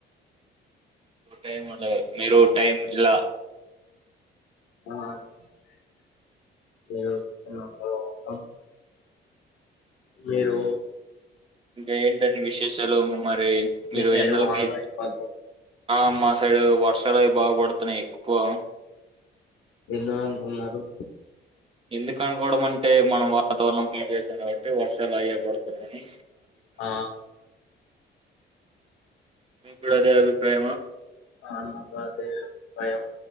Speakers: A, on the right; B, on the left.
A: టైం ఉండదు మీరు టైం ఇలా
B: ఆ మిరూ
A: ఇంక ఏంటండి విశేషాలు మరి మీరు
B: మీ సైడ్
A: ఎండలకి
B: వానలో ఎక్కువ వెళ్తాం.
A: ఆ మా సైడు వర్షాలవి బాగపడ్తున్నాయి ఎక్వా
B: ఎన్నో అన్కున్నరు
A: ఎందుకు అనుకోవడం అంటే మనం వాతావరణం పాడు చేసాం కాబట్టి వర్షాలు అయ్యే పడుతున్నాయి
B: ఆ
A: మీ కూడా అదే అభిప్రాయమా
B: ఆ నాకు అదే భయం